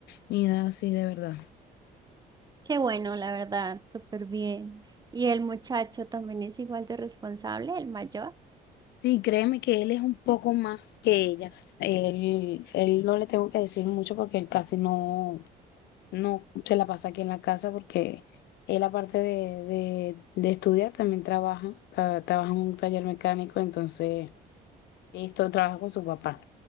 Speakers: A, on the left; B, on the right.
A: ni nada así, de verdad.
B: Qué bueno, la verdad, súper bien. ¿Y el muchacho también es igual de responsable, el mayor?
A: Sí, créeme que él es un poco más que ellas. Él, él no le tengo que decir mucho porque él casi no, no se la pasa aquí en la casa porque él aparte de, de, de estudiar también trabaja, tra- trabaja en un taller mecánico, entonces esto trabaja con su papá.